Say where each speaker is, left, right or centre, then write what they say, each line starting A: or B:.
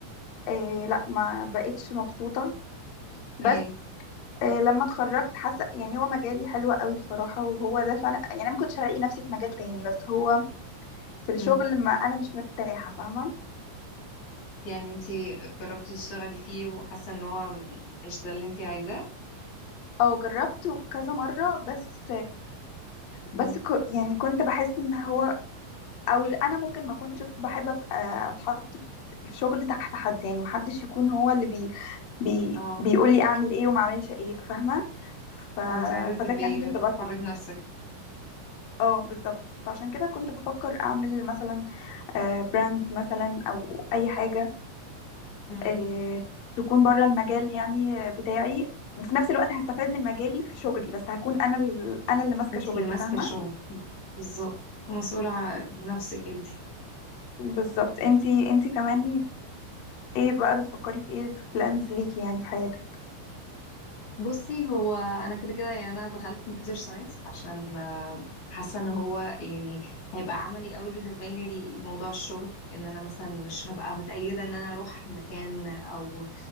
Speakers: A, on the left; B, on the left.
A: إيه لا ما بقتش مبسوطه بس
B: أي
A: آه، لما اتخرجت حاسه يعني هو مجالي حلو قوي بصراحه وهو ده فعلا يعني انا ما كنتش هلاقي نفسي في مجال تاني بس هو في الشغل
B: مم.
A: ما انا مش مرتاحه فاهمه
B: يعني انتي جربتي تشتغلي فيه وحاسة ان هو مش ده اللي انتي عايزاه؟
A: او جربته كذا مره بس
B: مم.
A: بس ك... يعني كنت بحس ان هو او انا ممكن ما كنتش بحب أت- آه، اتحط في الشغل تحت حد يعني محدش يكون هو اللي بي... بي...
B: اه
A: بيقول لي اعمل ايه وما اعملش ايه فاهمه ف...
B: هو انتي عايزة تبقي
A: فده كان بيضغطني
B: حرة نفسك
A: اه بالظبط فعشان كده كنت بفكر اعمل مثلا آه، براند مثلا او اي حاجه
B: مم.
A: آه، تكون بره المجال يعني آه، بتاعي في نفس الوقت هستفاد من مجالي في شغلي بس هكون انا ال... انا اللي ماسكه
B: انتي
A: شغلي
B: اللي ماسكة
A: فاهمه
B: الشغل بالظبط مسؤولة عن نفسك انتي
A: بالظبط انتي انتي كمان ايه بقى بتفكري في ايه في بلانز ليكي يعني في حياتك
B: بصي هو انا كده كده يعني انا دخلت كمبيوتر ساينس عشان آه، حاسه ان هو يعني هيبقى عملي قوي بالنسبه لي لموضوع الشغل ان انا مثلا مش هبقى متقيده ان انا اروح مكان او